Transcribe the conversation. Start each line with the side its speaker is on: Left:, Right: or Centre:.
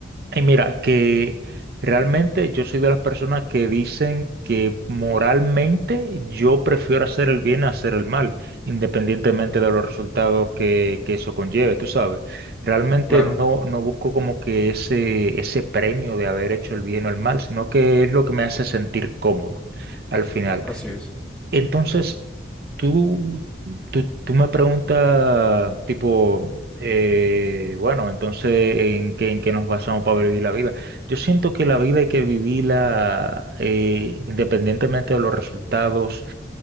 Right: Y mira, que realmente yo soy de las personas que dicen que moralmente yo prefiero hacer el bien a hacer el mal, independientemente de los resultados que, que eso conlleve, tú sabes. Realmente
Centre: claro,
Right: no, no busco como que ese, ese premio de haber hecho el bien o el mal, sino que es lo que me hace sentir cómodo al final.
Centre: así es.
Right: Entonces, tú, tú, tú me preguntas, tipo, eh, bueno, entonces, ¿en qué, en qué nos basamos para vivir la vida? Yo siento que la vida hay que vivirla eh, independientemente de los resultados,